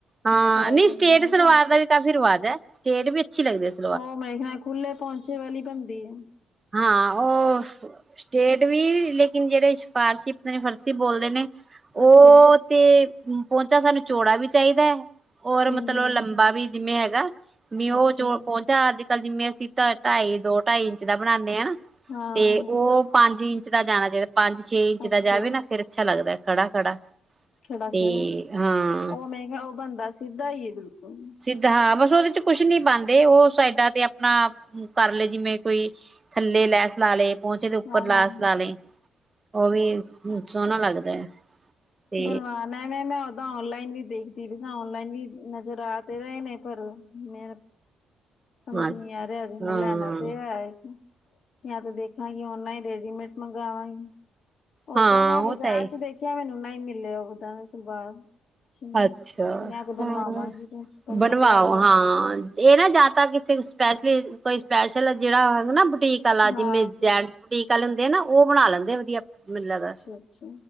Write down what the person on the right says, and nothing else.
ਹਾਂ
ਨਹੀਂ ਸਟੇਟ
ਸਲਵਾਰ ਦਾ ਵੀ ਕਾਫ਼ੀ ਰਿਵਾਜ ਹੈ ਸਟੇਟ ਵੀ ਅੱਛੀ ਲੱਗਦੇ ਸ
ਹਾਂ ਉਹ ਸਟੇਟ ਵੀ ਲੇਕਿਨ ਜਿਹੜੇ ਫਾਰ <unintelligible> ਸ਼ ਫਰਸੀ ਬੋਲਦੇ ਨੇ ਉਹ।
ਤੇ ਪੋਨਚਾ ਸਾਨੂੰ ਚੌੜਾ ਵੀ ਚਾਹੀਦਾ ਹੈ ਔਰ
ਮਤਲਬ
ਲੰਬਾ ਵੀ ਜਿਵੇਂ ਹੈਗਾ। ਮੀ ਉਹ
ਚੋ ਪੋਨਚਾ ਅੱਜ ਕੱਲ ਜਿਵੇਂ ਅਸੀਂ ਢਾਈ ਦੋ ਢਾਈ ਇੰਚ ਦਾ ਬਣਾਂਨੇ ਆ।
ਤੇ ਉਹ ਪੰਜ ਇੰਚ ਦਾ ਜਾਣਾ ਚਾਹੀਦਾ ਪੰਜ। ਛੇ ਇੰਚ
ਦਾ ਜਾਵੇ ਨਾ ਫੇਰ ਅੱਛਾ ਲੱਗਦਾ ਖੜਾ-ਖੜਾ
ਤੇ ਹਾਂ।
ਸਿੱਧ ਹਾਂ ਬਸ ਉਹਦੇ ਚ ਕੁਛ ਨੀ ਪਾਂਦੇ, ਉਹ ਸਾਈਡਾਂ ਤੇ ਆਪਣਾ ਕਰ ਲਏ ਜਿਵੇਂ ਕੋਈ।। ਥੱਲੇ ਲੈਸ ਲਾ ਲੇ। ਪਹੁੰਚੇ ਦੇ ਉੱਪਰ
ਲੈਸ ਲਾ ਲਈ, ਉਹ ਵੀ ਸੋਹਣਾ ਲੱਗਦਾ ਹੈ। ਤੇ
ਹਾਂ
ਹਾਂ
ਹਾਂ
ਉਹ
ਤਾਂ ਹੈ
ਅੱਛਾ
ਹੂ ਹੂ
ਬਣਵਾ
ਵਾਂ, ਹਾਂ। ਇਹ ਨਾ ਜਿਆ ਤਾਂ ਕਿਸੇ ਸਪੈਸ਼ਲੀ, ਕੋਈ ਸਪੈਸ਼ਲ ਜਿਹੜਾ ਹੈਗਾ ਨਾ, ਬੁਟੀਕ ਵਾਲਾ
ਜਿਵੇਂ ਜੈਂਟਸ। ਉਡੀਕ ਆਲੇ ਹੁਂਦੇ ਹੈ ਨਾ, ਉਹ ਬਣਾ ਲੈਂਦੇ ਆ ਵਧੀਆ ਮੈਂ ਨੂੰ ਲੱਗਦਾ ਐ।